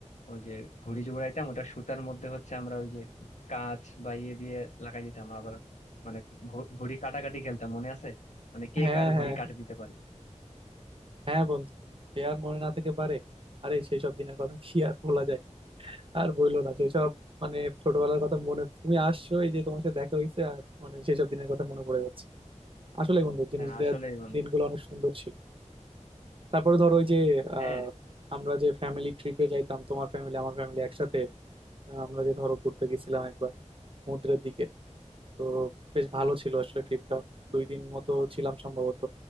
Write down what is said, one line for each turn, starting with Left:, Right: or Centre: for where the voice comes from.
Left: ওই যে ঘুড়ি জোড়াইতাম ওটা সুতার মধ্যে হচ্ছে আমরা ওই যে কাঁচ বা ইয়ে দিয়ে লাগাই দিতাম আবার মানে কি ঘু- ঘুড়ি কাটাকাটি খেলতাম মনে আছে মানে কে
Right: হ্যাঁ
Left: কার ঘুড়ি
Right: হ্যাঁ
Left: কাটে দিতে পারে
Right: হ্যাঁ বন্ধু সে আর মনে না থেকে পারে আরে সেই সব দিনের কথা কি আর ভোলা যায় আর বইলো না সেসব মানে ছোটবেলার কথা মনে তুমি আসছো এই যে তোমার সাথে দেখা হয়েছে আর মানে সেসব দিনের কথা মনে পড়ে যাচ্ছে আসলে বন্ধু জিনিসটা
Left: হ্যাঁ আসলে বন্ধু,
Right: দিনগুলো অনেক সুন্দর ছিল তারপরে ধরো ওই যে আহ,
Left: হ্যাঁ
Right: আমরা যে ফ্যামিলি ট্রিপে যাইতাম তোমার ফ্যামিলি আমার ফ্যামিলি একসাথে আহ, আমরা যে ধরো ঘুরতে গেছিলাম একবার সমুদ্রের দিকে তো বেশ ভালো ছিল আসলে ট্রিপটা দুই দিন মতো ছিলাম সম্ভবত